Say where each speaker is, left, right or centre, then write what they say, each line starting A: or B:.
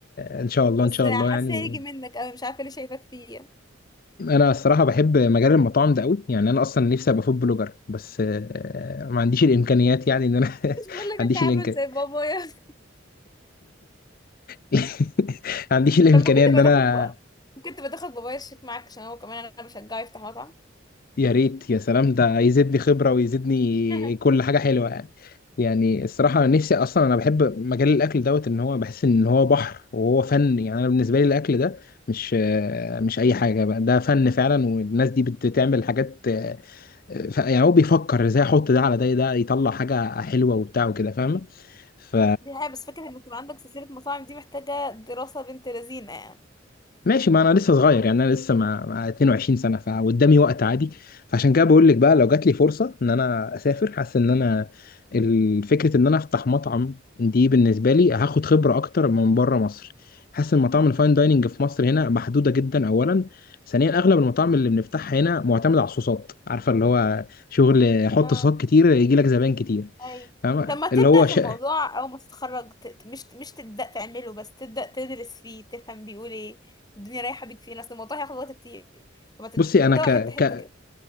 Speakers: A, on the left; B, on the left.
A: آه، ان شاء الله
B: بس
A: ان شاء الله
B: حاسه
A: يعني
B: هيجي منك قوي مش عارفه ليه شايفاك فيه يعني.
A: انا الصراحه بحب مجال المطاعم ده قوي يعني انا اصلا نفسي ابقى فود بلوجر بس آه، آه، ما عنديش الامكانيات يعني ان انا <laughs> ما
B: مش بقول لك
A: عنديش
B: انت عامل
A: الامكان
B: زي بابايا
A: <laughs> ما عنديش الامكانيه
B: لما كنت
A: ان
B: بتاخد
A: انا
B: بقى كنت بتاخد بابايا الشيك معاك عشان هو كمان انا بشجعه يفتح مطعم
A: يا ريت يا سلام ده يزيدني خبرة ويزيدني
B: <laughs>
A: كل حاجة حلوة يعني يعني الصراحة أنا نفسي أصلا أنا بحب مجال الأكل دوت إن هو بحس إن هو بحر وهو فن يعني أنا بالنسبة لي الأكل ده مش آه، مش أي حاجة بقى ده فن فعلا والناس دي بتعمل حاجات آه، ف- يعني هو بيفكر إزاي أحط ده على ده ده يطلع حاجة حلوة وبتاع وكده فاهمة ف
B: دي حاجة بس فكرة انك تبقى عندك سلسلة مطاعم دي محتاجة دراسة بنت لذينة يعني
A: ماشي ما انا لسه صغير يعني انا لسه مع, مع 22 سنه فقدامي وقت عادي فعشان كده بقول لك بقى لو جات لي فرصه ان انا اسافر حاسس ان انا ال- فكره ان انا افتح مطعم دي بالنسبه لي هاخد خبره اكتر من بره مصر حاسس ان مطاعم الفاين دايننج في مصر هنا محدوده جدا اولا ثانيا اغلب المطاعم اللي بنفتحها هنا معتمد على الصوصات عارفه اللي هو شغل حط
B: اه
A: صوصات كتير يجي لك زباين كتير
B: ايوه
A: فاهمة؟
B: طب ما تبدأ
A: اللي هو ش...
B: في الموضوع او ما تتخرج ت- ت- مش مش تبدأ تعمله بس تبدأ تدرس فيه تفهم بيقول ايه الدنيا رايحة بيك فين اصل الموضوع هياخد وقت كتير فما تبدأ
A: بصي انا ك...
B: حتة حتة
A: ك...
B: كده